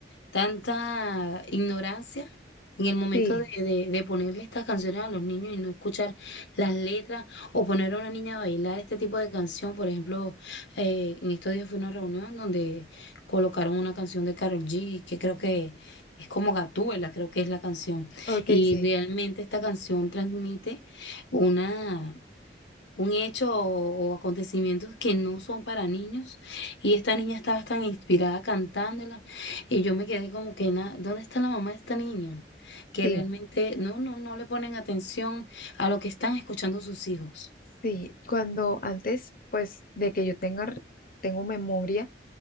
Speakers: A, on the left; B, on the left.
A: tanta ignorancia en el momento
B: Sí,
A: de, de- de ponerle estas canciones a los niños y no escuchar las letras o poner a una niña a bailar este tipo de canción. Por ejemplo, eh, en estos días fue una reunión donde colocaron una canción de Karol G, que creo que es como Gatúbela, creo que es la canción.
B: ok,
A: Y
B: sí,
A: realmente esta canción transmite una un hecho o, o acontecimientos que no son para niños. Y esta niña estaba tan inspirada cantándola. Y yo me quedé como que, na- ¿dónde está la mamá de esta niña? Que
B: sí,
A: realmente no, no, no le ponen atención a lo que están escuchando sus hijos.
B: sí. Cuando antes, pues de que yo tenga, r- tengo memoria,